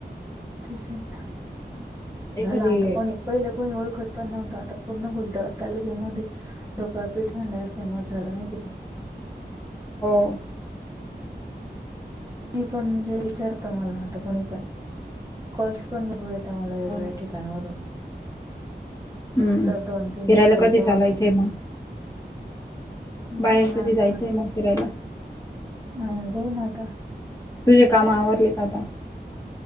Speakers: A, on the right (about 15°); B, on the left (about 15°).
A: तेच <inaudible>
B: एखादी
A: झाला आता कोणी पहिलं कुणी ओळखत पण नव्हतं, आता पूर्ण बोलत तालुक्यामध्ये. ढोकळापीठ म्हणल्यावर फेमस झाला माहितीय काय.
B: हा.
A: मी पण म्हणजे विचारतं मला आता कोणी पण. कॉल्स पण बर देत मला वेगवेगळ्या
B: हो ना
A: ठि काणावरून
B: हम्म
A: <inaudible> तर दोन-तीन
B: फिरायला
A: दिवस झाले
B: कधी
A: तेव्हा
B: चालायचंय बाहेरसाठी
A: जाऊ ना आता
B: जायचंय मग फिरायला.
A: अ जाऊ ना आता.
B: तुझे काम आवरलेेत का आता?